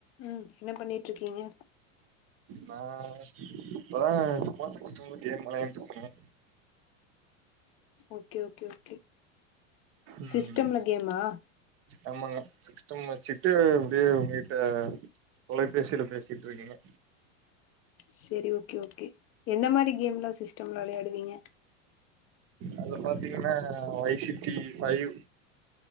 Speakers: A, on the left; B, on the right.
A: ம் என்ன பண்ணிட்டு இருக்கீங்க
B: நான் இப்பதாங்க <unintelligible>
A: ஓகே ஓகே ஓகே
B: ம்
A: சிஸ்டம்ல கேமா
B: ஆமாங்க சிஸ்டம் வச்சுட்டு அப்டியே உங்கிட்ட தொலைபேசியில பேசிட்டு இருக்கீங்க
A: செரி ஓகே ஓகே எந்த மாரி கேம்லா சிஸ்டம்ல விளையாடுவீங்க
B: அத பாத்தீங்கன்னா வைஃசிட்டி ஃபைவ்